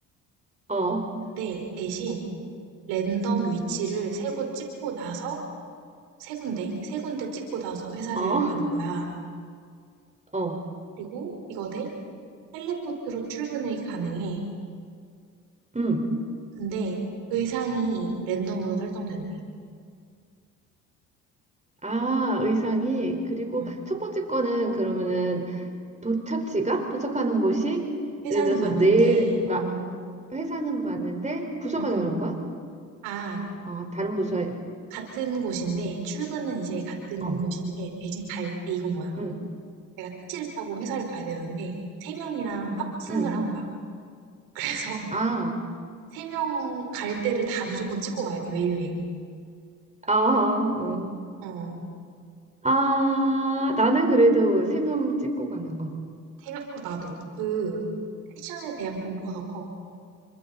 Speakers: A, on the right; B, on the right.
A: 어,
B: 근데 대신 랜덤 위치를 세 곳 찍고 나서, 세 군데? 세 군데 찍고 나서 회사를
A: 어,
B: 가는 거야.
A: 어,
B: 그리고 이거 대 텔레포트로 출근이 가능해.
A: 음.
B: 근데 의상이 랜덤으로 설정된대.
A: 아, 의상이. 그리고
B: 어.
A: 첫 번째 거는 그러면은 도착지가? 도착하는 곳이
B: 회사는
A: 예를 들어서
B: 맞는데,
A: 내, 나,
B: 어,
A: 회사는 맞는데 부서가
B: 음,
A: 다른
B: 음.
A: 거야?
B: 아,
A: 어, 다른 부서에,
B: 같은 곳인데, 출근은 이제 같은
A: 어,
B: 곳인데, 대신 갈 때 이건 거야.
A: 음,
B: 내가 택시를 타고 회사를 가야 되는데, 세 명이랑 합승을
A: 음.
B: 한 거야. 그래서 <laughs>
A: 아.
B: 세 명 갈 때를 다 무조건 찍고 가야 돼, 매일매일.
A: 아, 어.
B: 어,
A: 아, 나는 그래도 세 명 찍고 가는 거.
B: 세 명, 어, 나도. 그, 패션에 대한 공포가 더 커.